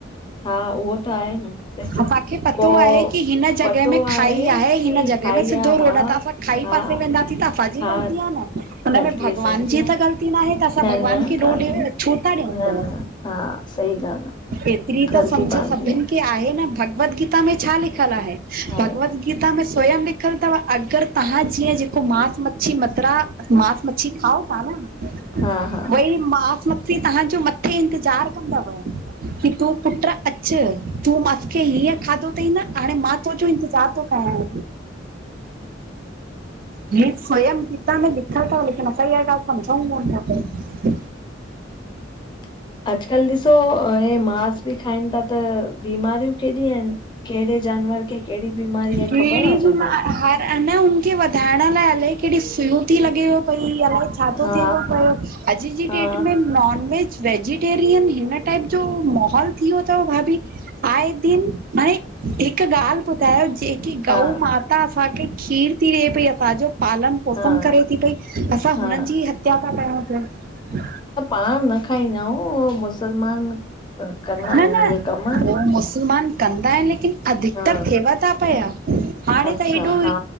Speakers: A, on the left; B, on the right.
A: हा उहो त आहे न ॾिस
B: असांखे पतो
A: पो
B: आहे की हिन जॻह
A: पतो
B: में खाई आहे
A: की
B: हिन जॻ जंहिंमें
A: खाई
B: सिधो
A: हा
B: रोड आ त असां खाई
A: हा
B: पासे वेंदासीं त असांजी
A: हा
B: ग़लती आ न हुन
A: ग़लती
B: में भॻवान
A: असांजी
B: जी
A: आ
B: त ग़लती नाहे त असां
A: न
B: भॻवान
A: न
B: खे
A: कान्हे
B: ॾोह ॾे ई छो ता ॾियूं?
A: न न हा सही ॻाल्हि आ
B: एतरी
A: ग़लती
B: त सम्झ
A: पंहिंजी
B: सभिन
A: आ
B: खे कि आहे न, भगवत गीता में छा लिखियल आहे?
A: आहे
B: भगवत गीता में स्वयं लिख लिख्यलु अथव अगरि तव्हां जीअं जेको मांस मच्छी मदिरा मास मच्छी खाओ था न --
A: हा हा
B: भई मास मछी तव्हांजो मथे इंतज़ारु कंदव। कि तूं पुट अचु तूं मास खे हीअं खाधो -- त ई न हाणे मां तुंहिंजो जो इंतज़ारु थो कयां।
A: <inaudible>
B: ही स्वयं में लिख्यल अथव लेकिन असां इहे ॻाल्हयूं समझऊं कोन था पया।
A: <inaudible> अॼकल्ह ॾिसो हे मांस बि खाइन था त बीमारियूं केॾियूं आहिन। कहिड़े जानवर खे कहिड़ी बीमारी आहे
B: कहिड़ी
A: ख़बर आहे
B: बि
A: छा
B: मां
A: पाण।
B: हार
A: खे
B: अन हुनखे वधाइण लाइ अल्हाए केड़ियूं सुयूं थी लॻेव -- पई अलाए छा थो
A: हा
B: थिए पयो अॼु जी
A: हा
B: डेट में नॉन वेज। वेजिटेरियन हिन टाइप जो माहोल थी वयो तव भाभी। आए दिन हाणे हिक ॻाल्ह ॿु -- त जेकी गउ
A: हा
B: माता असांखे खीर थी ॾे पई असांजो पालन। पोसम
A: हा
B: करे थी पई असां
A: हा
B: हुननि जी हत्या था कयूं पया।
A: ह न खांइदा न हूूं मुसलमान। कंदा आहिनि
B: न न
A: इहे कम
B: उ मुसलमान। कंदा आहिन लेकिन अधिकतर
A: हा
B: थिएव त पया। हाणे
A: अच्छा
B: त हेॾो
A: हा